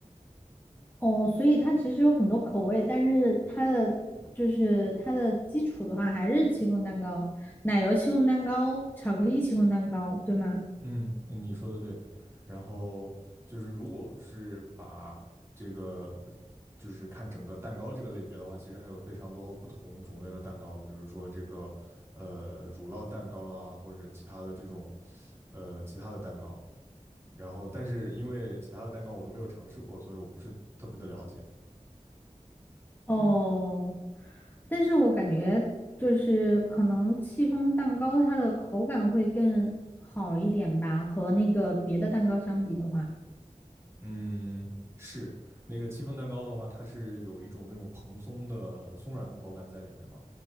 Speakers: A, on the left (about 15°); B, on the right (about 20°).
A: 哦，所以它其实有很多口味，但是它的就是它的基础的话，还是戚风蛋糕、奶油戚风蛋糕、巧克力戚风蛋糕，对吗？
B: 嗯，你说的对。然后就是，如果是把这个，呃就是看整个蛋糕这个类别的话，其实还有非常多不同种类的蛋糕，比如说这个呃乳酪蛋糕啊，或者其他的这种呃其他的蛋糕。然后，但是因为其他的蛋糕我都没有尝试过，所以我不是特别的了解。
A: 哦，但是我感觉就是可能戚风蛋糕它的口感会更好一点吧，和那个别的蛋糕相比的话。
B: 嗯，是那个戚风蛋糕的话，它是有一种那种蓬松的松软的口感在里面嘛。